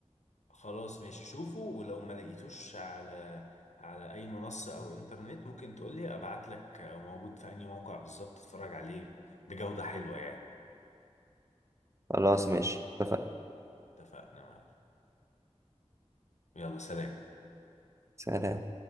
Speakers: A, on the left; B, on the right.
A: خلاص ماشي شوفه ولو ما لقيتوش على على اي منصة او انترنت ممكن تقولي ابعت لك موجود في اي موقع بالظبط تتفرج عليه بجودة حلوة يعني
B: خلاص ماشي اتفقنا
A: اتفقنا يا معلم. يلا سلام
B: سلام